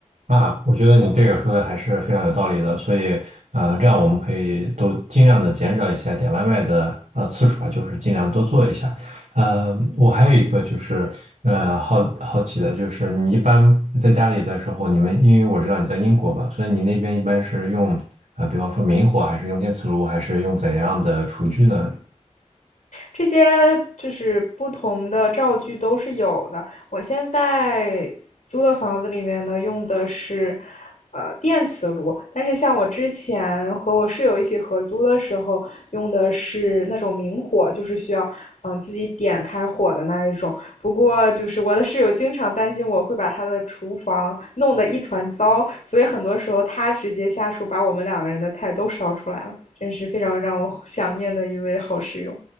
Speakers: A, on the right; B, on the left.
A: 啊，我觉得你这个说的还是非常有道理的，所以，呃，这样我们可以都尽量的减少一些点外卖的呃次数吧，就是尽量多做一下。呃，我还有一个就是，呃，好好奇的就是，你一般在家里的时候，你们因为我知道你在英国嘛，所以你那边一般是用啊、呃比方说明火，还是用电磁炉，还是用怎样的厨具呢？
B: 这些就是不同的灶具都是有的。我现在租的房子里面呢，用的是呃电磁炉，但是像我之前和我室友一起合租的时候，用的是那种明火，就是需要嗯自己点开火的那一种。不过就是我的室友经常担心我会把他的厨房弄得一团糟，所以很多时候他直接下厨把我们两个人的菜都烧出来了，真是非常让我想念的一位好室友。